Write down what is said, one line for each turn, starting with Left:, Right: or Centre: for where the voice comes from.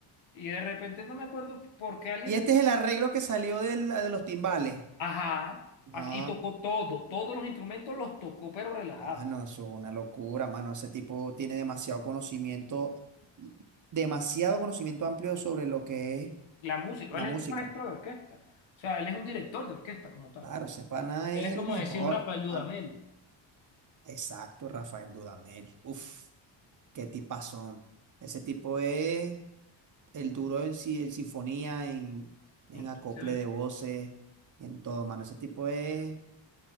Left: Y de repente no me acuerdo por qué alguien
Right: Y
Left: del...
Right: este es el arreglo que salió de, la- de los timbales.
Left: Ajá,
Right: No,
Left: así- y tocó todo, todos los instrumentos los tocó pero relajado.
Right: mano, eso es una locura, mano. Ese tipo tiene demasiado conocimiento, demasiado conocimiento amplio sobre lo que es
Left: la música,
Right: la
Left: él
Right: música.
Left: es un maestro de orquesta, o sea, él es un director de orquesta como tal.
Right: Claro, ese pana
Left: Él
Right: es
Left: es como
Right: el mejor,
Left: decía un Rafael Dudamel.
Right: mano. Exacto, Rafael Dudamel. Uf, qué tipazón. Ese tipo es el duro en, si- en sinfonía, en, en
Left: Entonces,
Right: acople
Left: él-
Right: de voces, en todo, mano. Ese tipo es